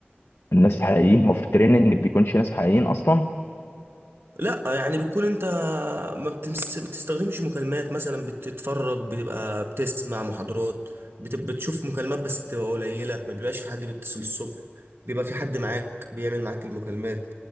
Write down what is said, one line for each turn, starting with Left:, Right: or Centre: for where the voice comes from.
Left: الناس الحقيقيين هو في التريننج بيكونش ناس حقيقيين اصلا
Right: لا يعني بتكون انت ما بتمس... بتستخدمش مكالمات مثلا بتتفرج بتبقى بتسمع محاضرات بت... بتشوف مكالمات بس بتبقى قليلة ما بيبقاش في حد بيتصل الصبح بيبقى في حد معاك بيعمل معاك المكالمات